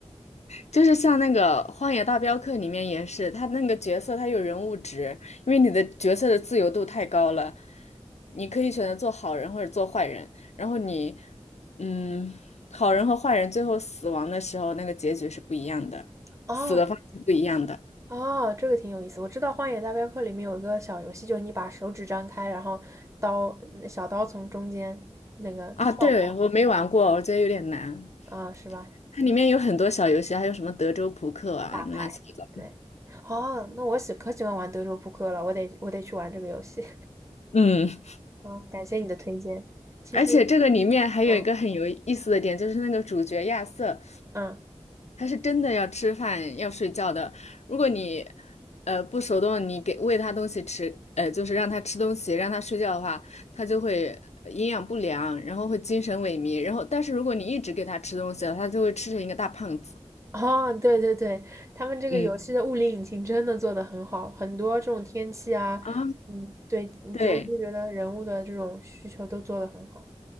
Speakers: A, on the left; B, on the right.
A: 就是像那个《荒野大镖客》里面也是，他那个角色他有人物值，因为你的角色的自由度太高了，你可以选择做好人或者做坏人，然后你，嗯，好人和坏人最后死亡的时候，
B: <laughs>
A: 那个结局是不一样的，
B: 哦
A: 死的方式不一样的。
B: 哦，这个挺有意思。我知道《荒野大镖客》里面有一个小游戏，就是你把手指张开，然后刀小刀从中间那个跳过
A: 啊，对，我没玩过，我觉得有点难。
B: 啊，是吧？
A: 它里面有很多小游戏，
B: 对，
A: 还有什么德州扑克啊，
B: 打牌，
A: 乱七八糟。
B: 对。哦，那我喜可喜欢玩德州扑克了，我得我得去玩这个游戏。
A: 嗯，
B: 哦，感谢你的推荐。其实，
A: 而且这个里面还有一个很有意思的点，
B: 嗯
A: 就是那个主角亚瑟。
B: 嗯，
A: 它是真的要吃饭要睡觉的。如果你呃不手动，你给喂它东西吃，呃，就是让它吃东西，让它睡觉的话，它就会呃营养不良，然后会精神萎靡。然后，但是如果你一直给它吃东西了，它就会吃成一个大胖子。
B: 哦，对对对，他们这个游戏的物理引擎真的做得很好，
A: 嗯
B: 很多这种天气啊，
A: 啊，
B: 嗯，对，
A: 对
B: 就我就觉得人物的这种需求都做得很好。